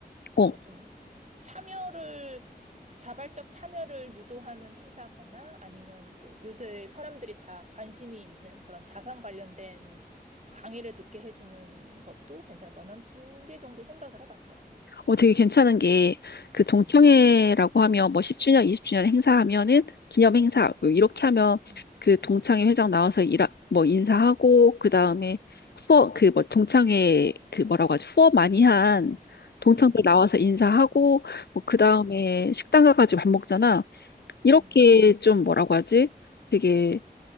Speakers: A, on the left (about 80°); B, on the right (about 45°).
A: 어.
B: 또 좀 참여를 자발적 참여를 유도하는 행사거나 아니면 또 요새 사람들이 다 관심이 있는 그런 자산 관련된 강의를 듣게 해주는 것도 괜찮을 것 같아. 난두 개 정도 생각을 해봤어.
A: 어, 되게 괜찮은 게, 그 동창회라고
B: 음.
A: 하면, 뭐 10주년, 20주년 행사하면은, 기념 행사 이렇게 하면,
B: 음.
A: 그 동창회 회장 나와서 일하, 뭐 인사하고, 그 다음에 후원, 그 뭐 동창회, 그 뭐라고 하지, 후원 많이 한 동창들
B: 음,
A: 나와서 인사하고, 뭐 그 다음에
B: 음,
A: 식당 가가지고 밥 먹잖아. 이렇게
B: 음.
A: 좀 뭐라고 하지? 되게